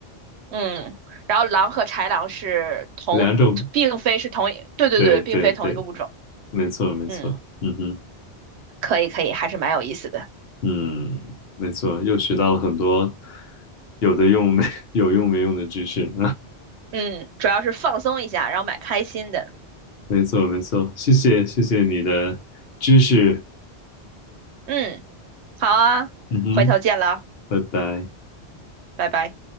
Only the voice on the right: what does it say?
嗯，然后狼和豺狼是同，
并非是同一，对对对，
并非同一个物种。
嗯，
可以可以，还是蛮有意思的。
嗯，主要是放松一下，然后蛮开心的。
嗯，好啊，
回头见了，
拜拜。